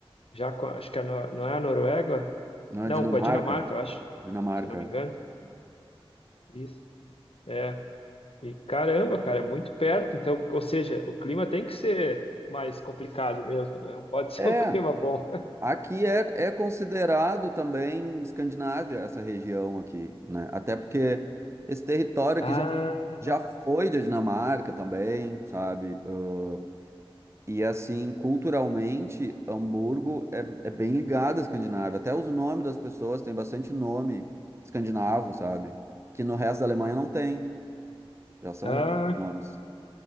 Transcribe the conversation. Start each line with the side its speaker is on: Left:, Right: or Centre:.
Left: já com, a- acho que a, no- não é a Noruega,
Right: Na
Left: não,
Right: Dinamarca,
Left: com a Dinamarca, eu acho,
Right: Dinamarca.
Left: se eu não me engano. Isso. É, e caramba, cara, é muito perto, então, ou seja, o clima tem que ser mais complicado mesmo, né? Não pode <laughs> ser
Right: É,
Left: um clima bom.
Right: aqui é, é considerado também Escandinávia essa região aqui, né? Até porque esse território
Left: Ah,
Right: aqui Já foi da Dinamarca também, sabe? Ahn, e assim, culturalmente, Hamburgo é, é bem ligado à Escandinávia. Até os nomes das pessoas têm bastante nome escandinavo, sabe? Que no resto da Alemanha não tem. Já são
Left: ah,
Right: outros nomes.